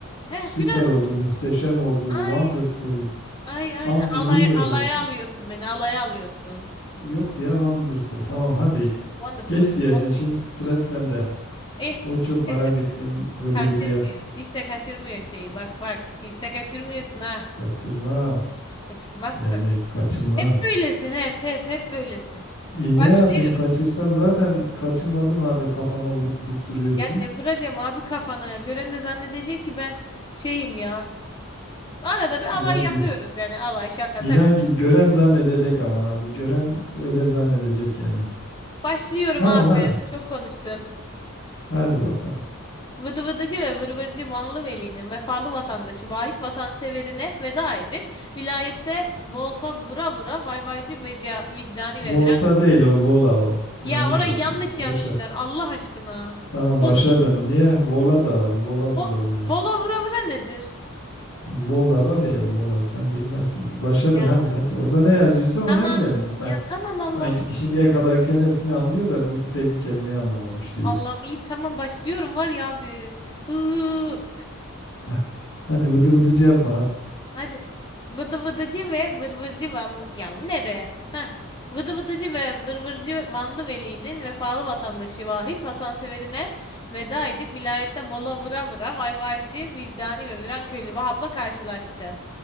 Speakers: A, on the left; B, on the left.
A: He
B: Süper
A: biraz
B: oldu muhteşem oldu wonderful
A: ay ay aynen
B: unbelievable.
A: alay alaya alıyorsun beni. Alaya alıyorsun.
B: Yok ya wonderful tamam hadi.
A: Wonderful.
B: Geç diğerine
A: Okay.
B: şimdi sıra sende.
A: Eh,
B: O çok
A: hiç
B: merak
A: de ka-
B: ettiğin vıdı
A: kaçırmıyor.
B: vıdı yap.
A: Hiç de kaçırmıyor şeyi. Bak bak. Hiç de kaçırmıyorsun ha.
B: Kaçırmam.
A: Kaçırmazsın.
B: Yani kaçırmam.
A: Hep böylesin hep hep hep böylesin.
B: E
A: Başlıyorum.
B: ne yapayım kaçırsam zaten kaçırmadığım halde kafama vurup vurup duruyorsun.
A: Ya ne vuracağım abi kafana ya. Gören de zannedecek ki ben şeyim ya. Arada bir
B: Yani
A: alay yapıyoruz
B: gö-
A: yani alay şaka
B: inan
A: takıl.
B: ki gören zannedecek ama abi gören öyle zannedecek yani.
A: Başlıyorum
B: Tamam
A: abi.
B: hadi.
A: Çok konuştun.
B: Hadi bakalım.
A: Vıdı vıdıcı ve vırvırcı Vanlı Veli'nin vefalı vatandaşı Vahit vatanseverine veda edip vilayette volta vura vura vayvaycı veca, vicdani
B: Volta
A: ve viran
B: değil o vola o. Yanlış
A: Ya orayı
B: okudum.
A: yanlış
B: Başa.
A: yazmışlar Allah aşkına.
B: Tamam başa
A: Vol,
B: dön. Niye? Vola da var. Vola vura
A: vo-
B: vura.
A: vola vura vura nedir?
B: Vola var ya vola sen bilmezsin. Başa
A: Ya
B: dön hadi
A: abi.
B: hadi. Orada ne yazıyorsa o
A: Tamam.
B: ne bilelim biz sanki.
A: Ya tamam Allah
B: Sanki
A: Allah.
B: şimdiye kadarkilerin hepsini anlıyor da bu bir tek bu kelimeyi anlamamış gibi.
A: Allah'ım iyi tamam başlıyorum var ya abi. Hıı.
B: Heh. Hadi vıdı vıdıcı yapma hadi.
A: Hadi. Vıdı vıdıcı ve vırvırcı Vanlı. Ya nere? Ha. Vıdı vıdıcı ve vırvırcı Vanlı Veli'nin vefalı vatandaşı Vahit vatanseverine veda edip vilayette vola vura vura vayvaycı, vicdani ve Viranköylü Vahap'la karşılaştı.